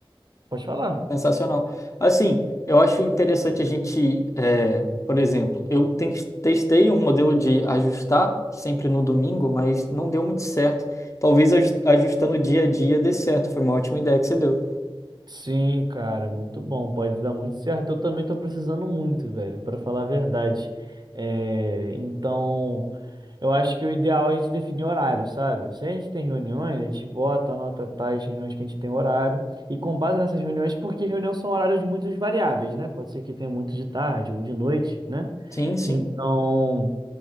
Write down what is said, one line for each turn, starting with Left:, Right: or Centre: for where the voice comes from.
Right: pode falar.
Left: Sensacional. Assim, eu acho interessante a gente, é, por exemplo, eu ten- testei um modelo de ajustar sempre no domingo, mas não deu muito certo. Talvez aj- ajustando dia a dia dê certo. Foi uma ótima ideia que você deu.
Right: Sim, cara, muito bom. Pode dar muito certo. Eu também tô precisando muito, velho, pra falar a verdade. É, então, eu acho que o ideal é a gente definir horário, sabe? Se a gente tem reuniões, a gente bota, anota tais reuniões que a gente tem horário. E com base nessas reuniões, porque reuniões são horários muito variáveis, né? Pode ser que tenha muito de tarde ou de noite, né?
Left: Sim, sim.
Right: Então,